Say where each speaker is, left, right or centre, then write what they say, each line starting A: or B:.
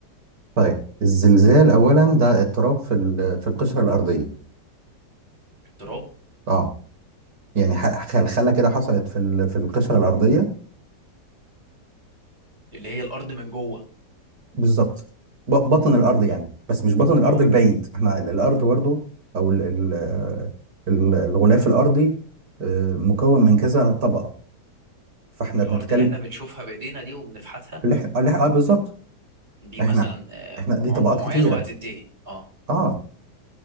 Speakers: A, on the right; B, on the right.
A: طيب الزلزال اولا ده اضطراب في ال- في القشرة الأرضية
B: التراب
A: اه يعني
B: مم.
A: ح- خلخلة كده حصلت في ال- في القشرة الأرضية
B: اللي هي الأرض من جوه
A: بالظبط ب- بطن
B: مم.
A: الارض يعني بس مش بطن الارض
B: أه
A: البعيد احنا ال- الارض برضو او ال- ال- ال- الغلاف الارضي آه، مكون من كذا طبقه فاحنا
B: الأرض
A: بنتكلم
B: اللي إحنا بنشوفها بإيدينا دي وبنفحتها
A: الح- الح- اه بالظبط
B: دي
A: احنا
B: مثلا آه،
A: احنا دي
B: عمق
A: طبقات
B: معين
A: كتيره
B: وهتنتهي اه
A: اه